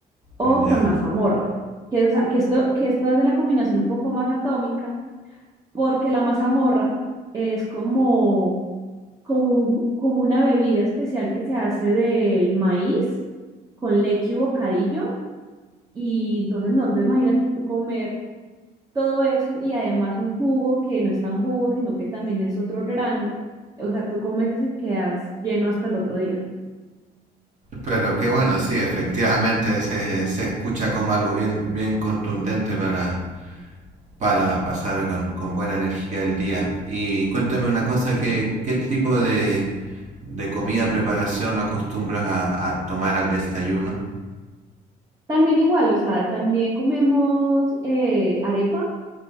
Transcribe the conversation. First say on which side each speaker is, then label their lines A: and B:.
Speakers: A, on the right; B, on the right.
A: o
B: Ya.
A: con mazamorra, que, es- que, esto, que esto hace la combinación un poco más atómica porque la mazamorra es como, como, un- como una bebida especial que se hace del maíz con leche y bocadillo. Y entonces, no, entonces imagínate tú comer todo eso y además un jugo que no es tan jugo, sino que también es otro grano. O sea, tú comes eso y quedas lleno hasta el otro día.
B: Pero qué bueno, sí, efectivamente se, se escucha como algo bien, bien contundente para, para pasar con, con buena energía el día. Y cuéntame una cosa, ¿qué, qué tipo de, de comida preparación acostumbras a, a tomar al desayuno?
A: También igual, o sea, también comemos eh, arepa